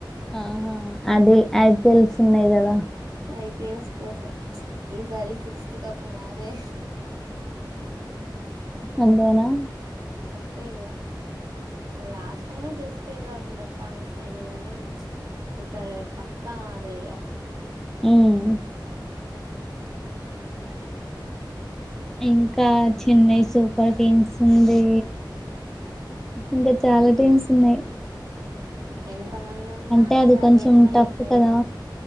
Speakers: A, in the centre; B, on the right.
A: ఆ అది ఐపీఎల్స్ ఉన్నాయి కదా
B: ఐపిఎల్స్ కోసం ఈసారి సిక్స్త్ కప్పు మాదే
A: అంతేనా
B: అంతే ఇక లాస్ట్ టైమే చూస్తే ఏదో అట్లాస్తా మ ఇస్ అయింది గానీ ఈ సరే పక్కా మాదయి
A: హ్మ్మ్ ఇంకా చెన్నై సూపర్ కింగ్స్ ఉంది ఇంకా చాలా టీమ్స్ ఉన్నాయి
B: ఎంత మంది ఉన్నా
A: అంటే
B: ఇక
A: అది కొంచెం
B: అదేమ్మా
A: టఫ్
B: ఏమ్మాయే
A: కదా